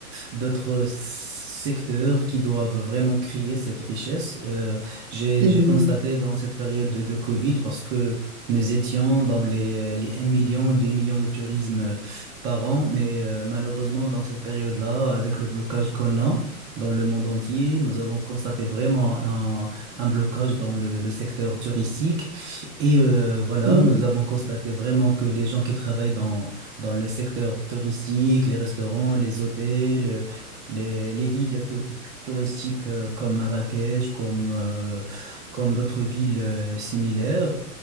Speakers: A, on the right (about 25°); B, on the right (about 45°).
A: d'autres secteurs qui doivent vraiment créer cette richesse. Euh, j'ai,
B: c'est
A: j'ai
B: vrai.
A: constaté dans cette période de, de Covid, parce que nous étions dans les, les un million, 2 millions de tourisme euh, par an, mais euh, malheureusement, dans cette période-là, avec le blocage qu'on a dans le monde entier, nous avons constaté vraiment un, un blocage dans le, le secteur touristique. Et euh, voilà,
B: Oui,
A: nous avons constaté vraiment que les gens qui travaillent dans, dans le secteur touristique, les restaurants, les hôtels, les, les villes tou- touristiques euh, comme Marrakech, comme... euh, comme d'autres villes euh, similaires.